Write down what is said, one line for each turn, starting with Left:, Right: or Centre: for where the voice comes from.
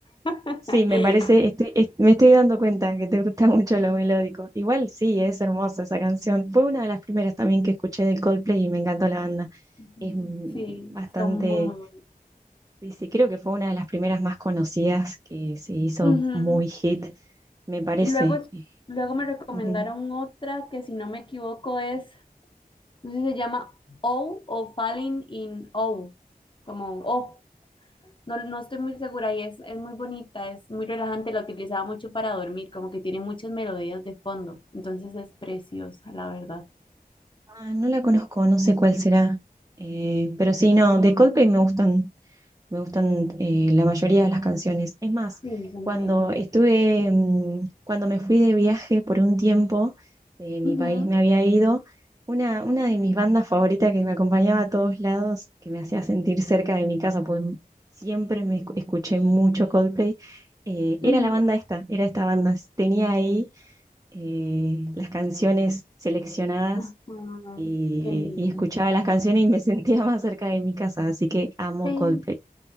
Left: <laughs>
Right: Sí, me parece, estoy- es- me estoy dando cuenta que te gusta <laughs> mucho lo melódico. Igual sí, es hermosa esa canción. Fue una de las primeras también que escuché de Coldplay y me encantó la banda.
Left: Ujú.
Right: Es mm,
Left: Sí,
Right: bastante
Left: son muy, muy bonitas.
Right: Sí, sí, creo que fue una de las primeras más conocidas que se hizo
Left: Ujú.
Right: muy hit, me parece.
Left: Y luego,
Right: Eh,
Left: luego me recomendaron
Right: ujú.
Left: otra que si no me equivoco es, no sé si se llama O o Falling in O, como O. No, no estoy muy segura y es, es muy bonita, es muy relajante, la utilizaba mucho para dormir, como que tiene muchas melodías de fondo, entonces es preciosa, la verdad.
Right: Ah, no la conozco, no sé cuál será. Eh, pero sí, no, de Coldplay me gustan Me gustan eh, la mayoría de las canciones. Es más,
Left: Sí, son
Right: cuando
Left: buenísimas.
Right: estuve, mm, cuando me fui de viaje por un tiempo, de mi
Left: Ujú,
Right: país me había ido, una, una de mis bandas favoritas que me acompañaba a todos lados, que me hacía sentir cerca de mi casa, pues siempre me escu- escuché mucho Coldplay, eh,
Left: ujú.
Right: era la banda esta, era esta banda. Tenía ahí eh, las canciones seleccionadas
Left: Ajá,
Right: y,
Left: qué lindo.
Right: y escuchaba las canciones y me <laughs> sentía más cerca de mi casa, así que amo
Left: Sí.
Right: Coldplay.